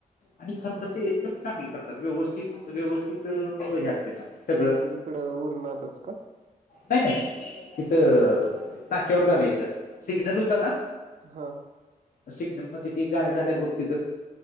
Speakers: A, on the left (about 65°); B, on the right (about 55°).
A: आणि खरंतर ते एकदम चांगले करतात व्यवस्थित व्यवस्थित हे असत सगळं
B: तकड ऊर ना व्हतच का
A: नाही नाही इथं
B: मग?
A: नाक्यावर झालं इथ सिग्नल होता ना
B: हा
A: सिग्नल म्हणजे ती गाय झाल्यात बघ तिथं